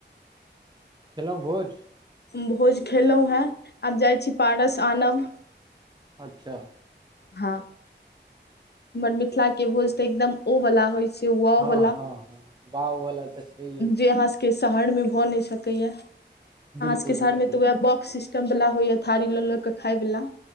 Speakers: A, on the right; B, on the left.
A: खेलो भोज
B: भोज खेलो है आब जाइत छी पारस आनब
A: अच्छ
B: हँ हमर मिथिला के भोज तऽ एकदम ओ वाला होइ छै वाव
A: हँ
B: वाला
A: हँ हँ वाह वला तऽ छैहे
B: जे अहाँ सबके शहर मे भऽ नए सकैया
A: बिल्कुल
B: अहाँ सबके
A: बिल्कुल
B: शहर मे तऽ उएह बफ सिस्टम वाला होइ या थारी लऽ ल के खाय वला